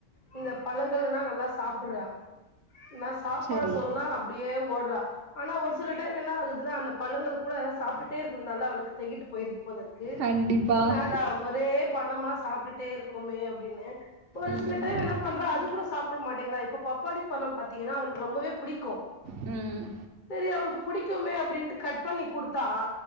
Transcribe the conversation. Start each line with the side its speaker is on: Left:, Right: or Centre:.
Left: இந்த பழங்கள்னா நல்லா சாப்புட்றா இன்னா ஸ் சாப்பாடு
Right: சரி
Left: சொன்னா அப்படியே ஓட்றா ஆனா ஒரு சில டைம் என்னாகுதுன்னா அந்த பழங்கள் கூட சாப்ட்டு டே இருக்குதுனால அவளுக்கு தெகிட்டு போயிருது போலருக்கு
Right: கண்டிப்பாக
Left: என்னடா ஒரே பழமா சாப்ட்டுட்டே இருக்குமே அப்டின்னு ஒரு
Right: ம்
Left: சில டைம் என்ன பண்றா அது கூட சாப்புட மாட்டேங்கறா இப்போ பப்பாளி பழோ பாத்தீங்கன்னா அவளுக்கு ரொம்பவே புடிக்கு
Right: ம்
Left: சரி அவளுக்கு புடிக்குமே அப்டின்ட்டு கட் பண்ணி கொடுத்தா